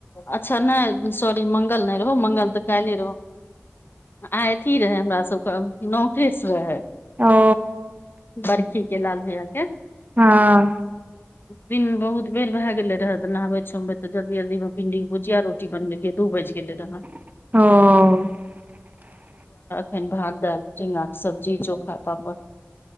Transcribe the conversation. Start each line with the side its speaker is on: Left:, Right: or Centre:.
Left: अच्छा नहि सॉरी मंगल नहि रह मंगल तऽ काइले रहो आ अथी रहै हमरा सभके नौह केसँ रहै
Right: ओ
Left: बर्खी के लाल भैया के
Right: हँ
Left: दिनमे बहुत बेर भए गेल रह तऽ नहबे छोमबे तऽ जलदी जल्दीमे भिं्ी भुजिया रोटी बनेलियै दू बाजि गेल रहे
Right: ह
Left: फेन भात दालि चनाके सब्जी चोखा पापड़